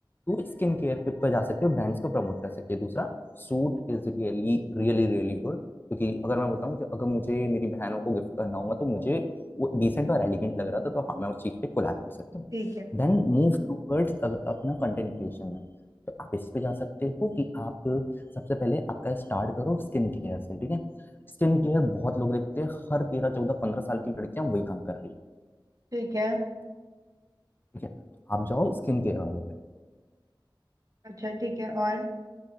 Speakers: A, on the left; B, on the right.
A: तू स्किन केयर पे पे जा सकते हो ब्रांड्स को प्रमोट कर सकते हो दूसरा suit is really really really good क्योंकि अगर मैं बताऊं कि अगर मुझे मेरी बहनों को गिफ्ट करना होगा तो मुझे वो डिसेंट और एलिगेंट लग रहा था तो हाँ मैं उस चीज पे कोलैब कर सकता हूँ
B: ठीक है
A: देन मूव टूवर्ड्स अपना कंटेंट क्रिएशन में तो आप इस पे जा सकते हो कि आप सबसे पहले आपका स्टार्ट करो स्किन केयर से ठीक है स्किन केयर बहुत लोग देखते हैं हर तेरह चौदह पंद्रह साल की लड़कियां वही काम कर रही है
B: ठीक है
A: ठीक है तो आप जाओ स्किन केयर वाले पे
B: अच्छा ठीक है और